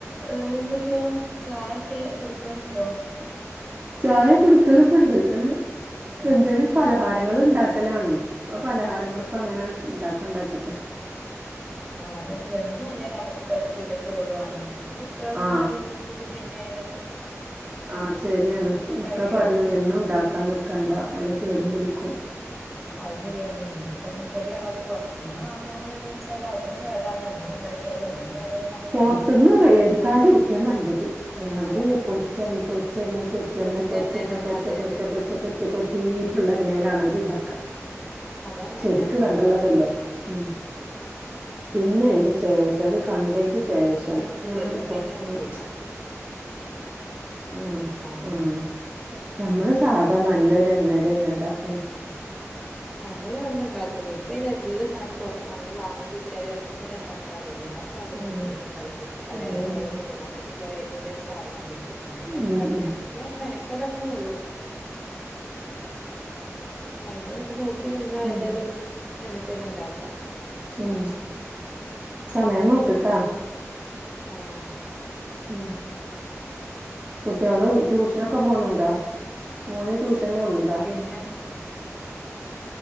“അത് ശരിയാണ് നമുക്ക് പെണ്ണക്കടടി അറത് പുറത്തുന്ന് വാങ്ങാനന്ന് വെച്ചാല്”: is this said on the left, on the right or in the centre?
Centre